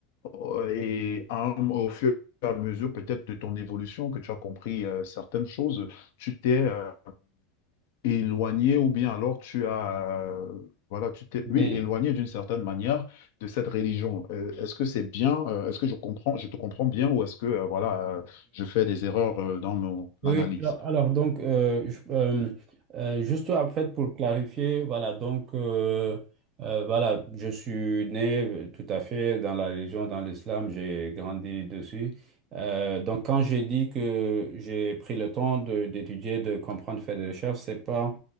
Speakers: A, on the left; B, on the right.
A: Ouais, et à un- au fur et à mesure peut-être de ton évolution, que tu as compris euh, certaines choses, tu t'es euh, éloigné ou bien alors tu as, euh, voilà, tu t'es, oui,
B: fait.
A: éloigné d'une certaine manière de cette religion. Euh, est-ce que c'est bien, euh, est-ce que je comprends, je te comprends bien ou est-ce que, euh, voilà, euh, je fais des erreurs euh, dans mon
B: Oui,
A: analyse?
B: alors alors, donc, euh, je- euh, euh, juste en fait pour clarifier, voilà, donc, euh, euh, voilà, je suis né euh, tout à fait dans la religion, dans l'islam, j'ai grandi dessus. Euh, donc, quand j'ai dit que j'ai pris le temps de- d'étudier, de comprendre, faire des recherches, c'est pas